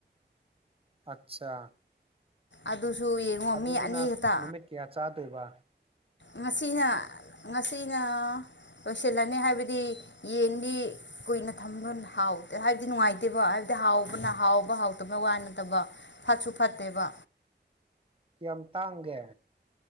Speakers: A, on the right; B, on the left.
A: ꯑꯆꯥ
B: ꯑꯗꯨꯁꯨ ꯌꯦꯡꯉꯣ
A: ꯑꯗꯨꯗꯨꯅ
B: ꯃꯤ ꯑꯅꯤ ꯈꯛꯇ
A: ꯅꯨꯃꯤꯠ ꯀꯌꯥ ꯆꯥꯗꯣꯏꯕ
B: ꯉꯁꯤꯅ ꯉꯁꯤꯅ ꯂꯣꯏꯁꯤꯜꯂꯅꯤ ꯍꯥꯏꯕꯗꯤ ꯌꯦꯟꯗꯤ ꯀꯨꯏꯅ ꯊꯝꯕ ꯍꯥꯎꯇꯦ ꯍꯥꯏꯕꯗꯤ ꯅꯨꯡꯉꯥꯏꯇꯦꯕ ꯍꯥꯏꯕ ꯍꯥꯎꯕꯅ ꯍꯥꯎꯕ ꯍꯥꯎꯇꯕ ꯋꯥꯏ ꯅꯠꯇꯕ ꯐꯠꯁꯨ ꯐꯠꯇꯦꯕ
A: ꯀꯌꯥꯝ ꯇꯥꯡꯒꯦ